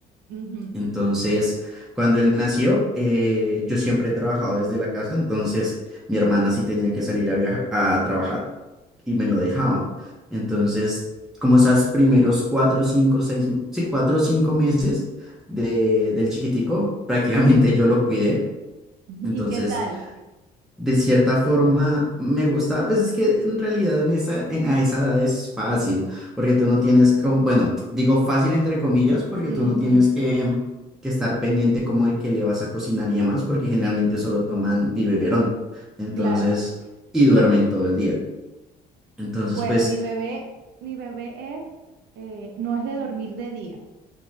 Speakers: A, on the right; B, in the centre.
A: ujú.
B: Entonces, cuando él nació, eh, yo siempre he trabajado desde la casa, entonces mi hermana sí tenía que salir a viajar, a trabajar y me lo dejaba. Entonces, como esas primeros cuatro, cinco, seis, sí, cuatro o cinco meses de, del chiquitico, prácticamente yo lo cuidé. Entonces,
A: ¿Y qué tal?
B: de cierta forma, me gustaba, pues es que en realidad en esa, en, a esa edad es fácil, porque tú no tienes,
A: Mm.
B: como, bueno, digo fácil entre comillas, porque
A: Ujú.
B: tú no tienes que, que estar pendiente como de que le vas a cocinar y demás, porque generalmente solo toman biberón. Entonces,
A: Claro.
B: y duermen todo el día. Entonces,
A: Bueno,
B: pues...
A: mi bebé, mi bebé es, eh, no es de dormir de día.